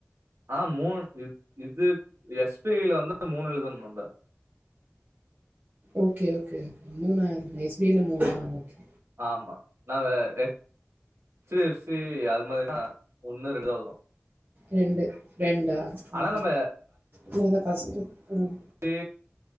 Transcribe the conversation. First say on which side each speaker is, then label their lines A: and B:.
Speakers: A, on the right (about 65°); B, on the right (about 40°).
A: ஆ மூணு இ இது எஸ் பி ஐ ல வந்து மூணு எழுதணு நம்ம
B: ஓகே ஓகே ஓகே மூணா எஸ் பி ஐ ல மூணா ஓகே
A: ஆமா நாங்க ஹெச் டி எஃப் சி அது மாரினா ஒன்னு ரெண்டுதா வரு
B: ரெண்டு ரெண்டா ஆ
A: ஆனா நம்ம
B: இதுல ஃபஸ்ட்டு ம்
A: து